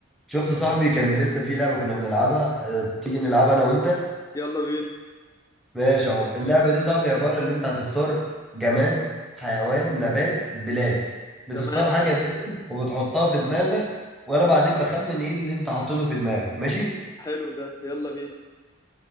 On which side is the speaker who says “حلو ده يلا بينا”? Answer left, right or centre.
Left